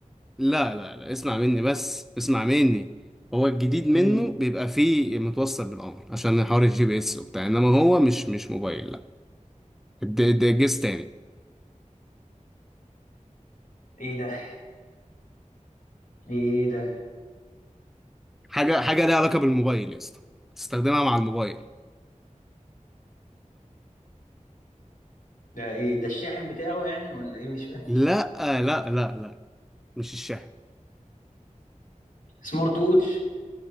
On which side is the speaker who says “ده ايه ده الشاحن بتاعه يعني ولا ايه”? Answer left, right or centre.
Left